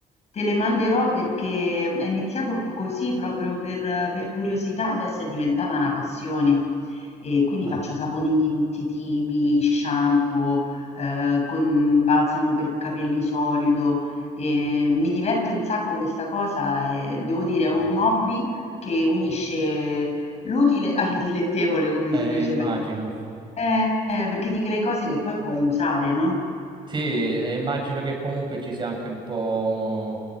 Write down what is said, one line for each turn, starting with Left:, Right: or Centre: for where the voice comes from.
Left: te le manderò perché è iniziato così proprio per, per curiosità, adesso è diventata una passione. E quindi
Right: Ah.
Left: faccio saponi di tutti i tipi, shampoo, eh, con balsamo per capelli solido. E mi diverte un sacco questa cosa, e devo dire, è un
Right: No.
Left: hobby che unisce l'utile al dilettevole, come
Right: Eh,
Left: si dice,
Right: immagino.
Left: perché, eh, perché ti crei cose che poi puoi usare, no?
Right: Sì, e immagino che comunque ci sia anche un po'